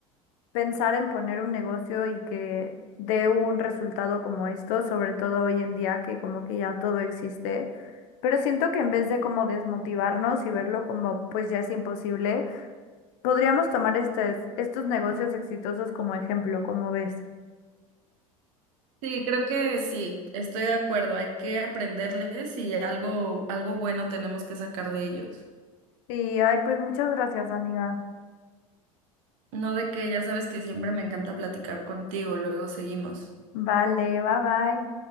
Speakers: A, on the left; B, on the right.
A: pensar en poner un negocio y que dé un resultado como esto, sobre todo hoy en día que como que ya todo existe. Pero siento que en vez de como desmotivarnos y verlo como pues ya es imposible, Podríamos tomar estes- estos negocios exitosos como ejemplo, como ves.
B: Sí, creo que sí, estoy de acuerdo, hay que aprenderles y algo, algo bueno tenemos que sacar de ellos.
A: Sí, ay, pues muchas gracias, amiga.
B: No de que ya sabes que siempre me encanta platicar contigo, luego seguimos.
A: Vale, bye bye.